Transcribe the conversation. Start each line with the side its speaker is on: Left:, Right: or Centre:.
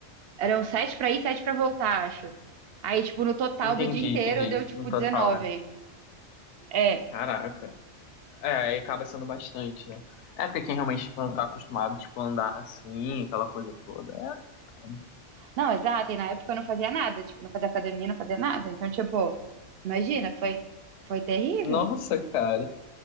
Right: eram 7 pra ir, 7 pra voltar, acho. Aí, tipo, no total
Left: Entendi,
Right: do dia inteiro
Left: entendi.
Right: deu, tipo,
Left: No total,
Right: dezenove
Left: né?
Right: é.
Left: Caraca. É, aí acaba sendo bastante, né? É porque quem realmente, tipo, não tá acostumado, tipo, a andar assim, aquela coisa toda. É.
Right: Não, exato, e na época eu não fazia nada, tipo, não fazia academia, não fazia nada, então, tipo, imagina, foi, foi terrível,
Left: Nossa, cara.